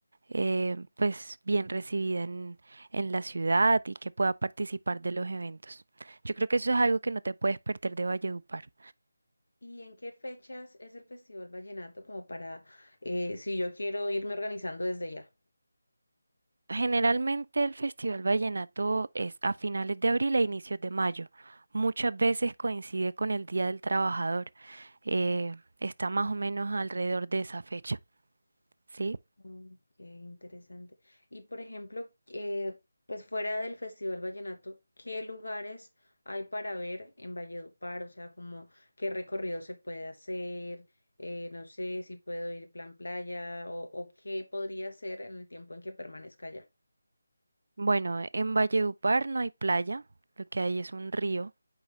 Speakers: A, on the right; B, on the left.
A: eh, pues bien recibida en, en la ciudad y que pueda participar de los eventos. Yo creo que eso es algo que no te puedes perder de Valledupar.
B: ¿Y en qué fechas es el Festival Vallenato como para, eh, si yo quiero irme organizando desde ya?
A: Generalmente el Festival Vallenato es a finales de abril e inicios de mayo. Muchas veces coincide con el Día del Trabajador. eh, está más o menos alrededor de esa fecha, ¿sí?
B: Mm, qué interesante. Y por ejemplo, eh, pues fuera del Festival Vallenato, ¿qué lugares hay para ver en Valledupar? O sea, como qué recorrido se puede hacer, Eh, no sé si puedo ir plan playa o, o qué podría hacer en el tiempo en que permanezca allá.
A: Bueno, en Valledupar no hay playa, lo que hay es un río.